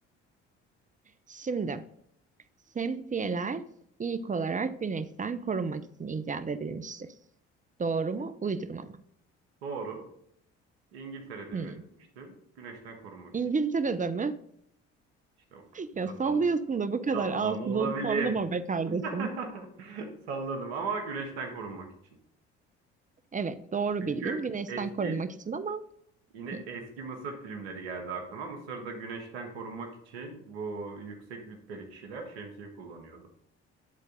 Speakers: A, on the right; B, on the right.
A: Şimdi şemsiyeler ilk olarak güneşten korunmak için icat edilmiştir. Doğru mu? Uydurma mı?
B: Doğru. İngiltere'de
A: Hmm.
B: üretilmişti. Güneşten korunmak
A: İngiltere'de
B: için.
A: mi? <laughs>
B: İşte o kısmı
A: Ya
B: da
A: sallıyorsun
B: sall-
A: da bu kadar
B: sallama
A: altı
B: olabilir.
A: dolu sallama be kardeşim.
B: <laughs> Salladım ama güneşten korunmak için.
A: Evet doğru
B: Çünkü
A: bildin. Güneşten
B: eski
A: korunmak için ama
B: yine
A: hmm.
B: eski Mısır filmleri geldi aklıma. Mısır'da güneşten korunmak için bu yüksek rütbeli kişiler şemsiye kullanıyordu.